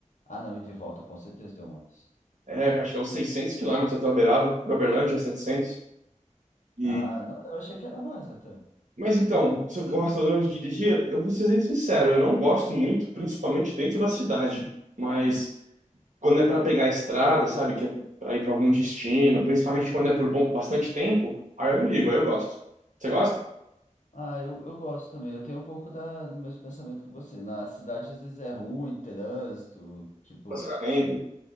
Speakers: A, on the left (about 70°); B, on the right (about 70°).
A: Ah, não, e de volta com certeza deu mais.
B: É, acho que é uns 600 quilômetros até Uberaba, pra Uberlândia, 700. E...
A: Ah, não, eu achei que ia dar mais até.
B: Mas então, se eu gosto ou não de dirigir, eu vou ser bem sincero, eu não gosto muito, principalmente dentro da cidade. Mas quando é para pegar a estrada, sabe, que é para ir para algum destino, principalmente quando é por bom, bastante tempo, aí eu não ligo, aí eu gosto. Você gosta?
A: Ah, eu, eu gosto também. Eu tenho um pouco da, do mesmo pensamento que você. Na cidade, às vezes é ruim, trânsito, tipo,
B: Relacionamento.
A: você,